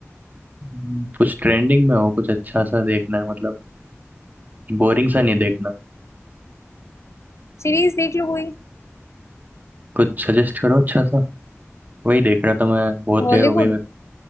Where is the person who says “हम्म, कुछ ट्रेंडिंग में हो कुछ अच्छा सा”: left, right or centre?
Right